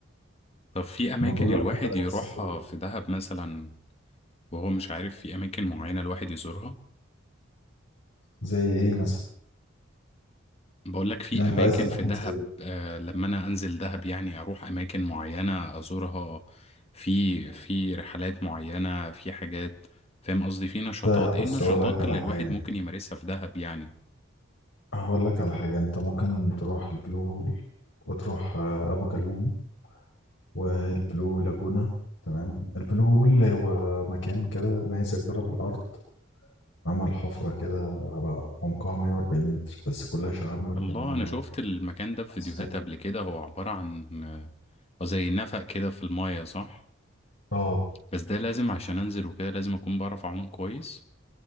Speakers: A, on the left; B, on the left.
A: طب في أماكن
B: ما بيقولوا
A: الواحد
B: عليها بلد
A: يروحها
B: السحر والجنة
A: في دهب مثلا وهو مش عارف في أماكن معينة الواحد يزورها
B: زي إيه مثلا؟
A: بقول لك في
B: يعني أنت
A: أماكن
B: عايز أماكن
A: في دهب
B: زي إيه؟
A: آه لما أنا أنزل دهب يعني أروح أماكن معينة أزورها في في رحلات معينة في حاجات فاهم قصدي في نشاطات
B: أنت
A: إيه
B: بص
A: النشاطات
B: أقول لك على
A: اللي الواحد
B: حاجة
A: ممكن يمارسها في دهب يعني
B: هقول لك على حاجة أنت ممكن تروح البلو هول وتروح آه، أبو جالوم والبلو لاجونا تمام البلو هول هو مكان كده نيزك ضرب الأرض عمل حفرة كده على عمقها 140 متر بس كلها شعاب مرجانية
A: الله أنا شفت المكان ده في
B: وأسماك
A: فيديوهات قبل كده هو عبارة عن آه، زي نفق كده في الماية صح
B: اه
A: بس ده لازم عشان أنزل وكده لازم أكون بعرف أعوم كويس